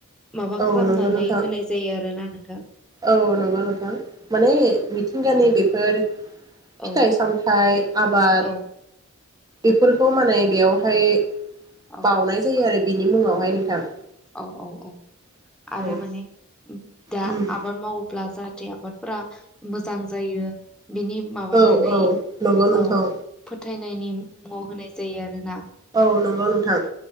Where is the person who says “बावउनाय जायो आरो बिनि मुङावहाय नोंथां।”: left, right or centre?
Right